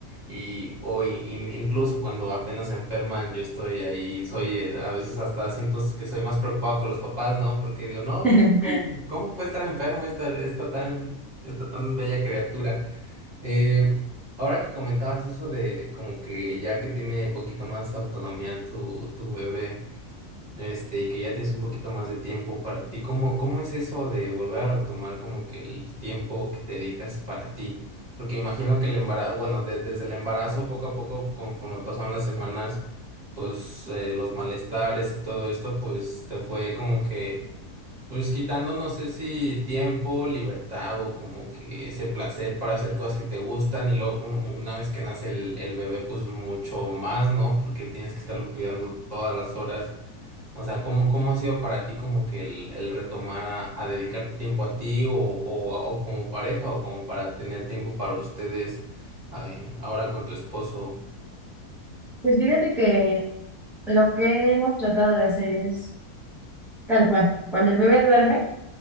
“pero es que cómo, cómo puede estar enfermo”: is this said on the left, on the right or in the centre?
Right